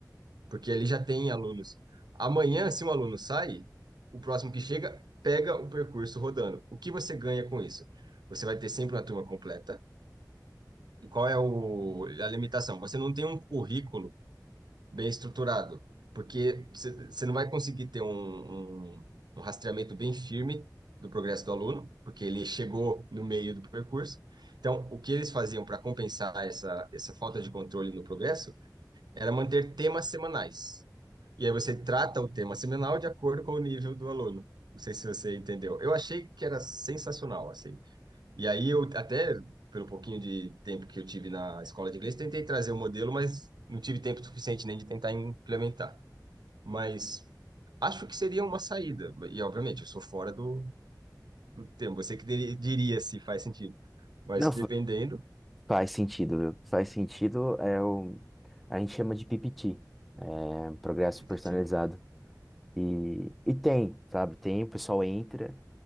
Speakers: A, on the right (about 75°); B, in the centre.
A: porque ali já tem alunos. Amanhã, se um aluno sai, o próximo que chega pega o percurso rodando. O que você ganha com isso? Você vai ter sempre uma turma completa. E qual é o, a limitação? Você não tem um currículo bem estruturado, porque você você não vai conseguir ter um, um, um rastreamento bem firme do progresso do aluno, porque ele chegou no meio do percurso. Então, o que eles faziam para compensar essa, essa falta de controle no progresso era manter temas semanais. E aí você trata o tema seminal de acordo com o nível do aluno. Não sei se você entendeu. Eu achei que era sensacional, assim. E aí eu até, pelo pouquinho de tempo que eu tive na escola de inglês, tentei trazer o modelo, mas não tive tempo suficiente nem de tentar implementar. Mas acho que seria uma saída. E, obviamente, eu sou fora do, do tema. Você que diri- diria se faz sentido. Mas
B: Não,
A: dependendo...
B: fa- faz sentido, viu? Faz sentido, é o... a gente chama de PPT, é um progresso
A: PPT.
B: personalizado. E, e tem, sabe? Tem, o pessoal entra.